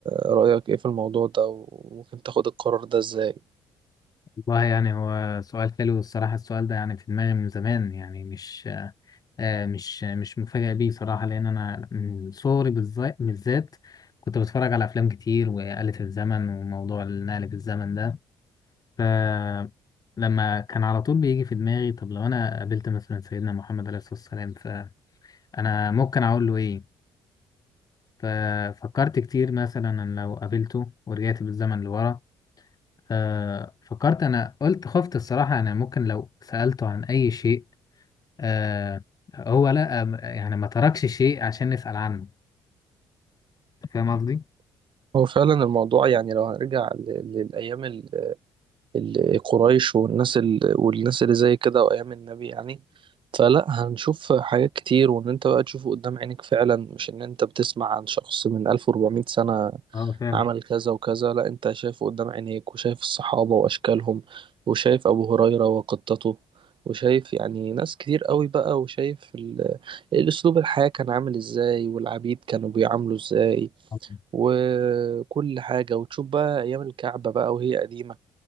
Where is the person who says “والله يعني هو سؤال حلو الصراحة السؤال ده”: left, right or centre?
Left